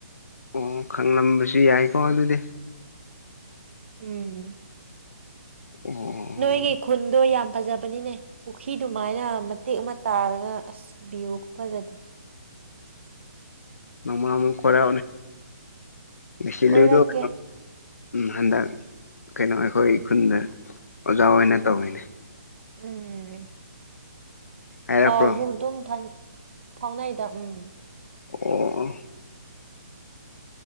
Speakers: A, on the left; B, on the right.
A: ꯑꯣ ꯈꯪꯂꯝꯕꯁꯨ ꯌꯥꯏꯀꯣ ꯑꯗꯨꯗꯤ
B: ꯎꯝ
A: ꯑꯣ
B: ꯅꯣꯏꯒꯤ ꯈꯨꯟꯗ ꯌꯥꯝ ꯐꯖꯕꯅꯤꯅꯦ ꯄꯨꯈ꯭ꯔꯤ ꯑꯗꯨꯃꯥꯏꯅ ꯇꯦꯛ ꯑꯃ ꯇꯥꯔꯒ ꯑꯁ ꯚꯤꯌꯨꯒ ꯐꯖꯗꯣ
A: ꯃꯃꯃꯨ ꯀꯔ ꯁꯤ
B: ꯀꯣꯏꯔꯛꯀꯦ
A: ꯂꯩꯗ ꯎ ꯍꯟꯗꯛ ꯀꯩꯅꯣ ꯑꯩꯈꯣꯏ ꯈꯨꯟꯗ ꯑꯣꯖꯥ ꯑꯣꯏꯅ ꯇꯧꯋꯤꯅꯦ
B: ꯎꯝ
A: ꯍꯥꯏꯔꯛꯄ꯭ꯔꯣ
B: ꯄꯥꯎꯁꯨ ꯑꯗꯨꯝ ꯐ ꯐꯥꯎꯅꯥꯏꯗ ꯎꯝ
A: ꯑꯣ